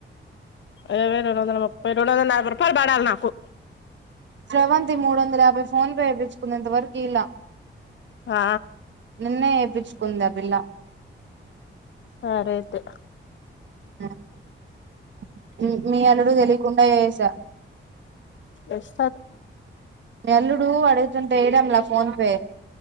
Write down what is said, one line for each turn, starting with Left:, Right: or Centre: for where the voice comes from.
Left: అ రెండు వందల ముప్పై రెండు వందల నలభై రూపాయలు పడాలి నాకు
Right: శ్రవంతి మూడు వందల యాభై ఫోన్ పే ఏపించుకుంది ఇంతవరకు ఇలా
Left: ఆ
Right: నిన్నే వేయిించుకుంది ఆ పిల్ల
Left: సరే అయితే
Right: ఆ మీ అల్లుడు తెలియకుండా వసా
Left: ఎస్
Right: నీ అల్లుడు అడుగుతుంటే వేయడంలా ఫోన్ పే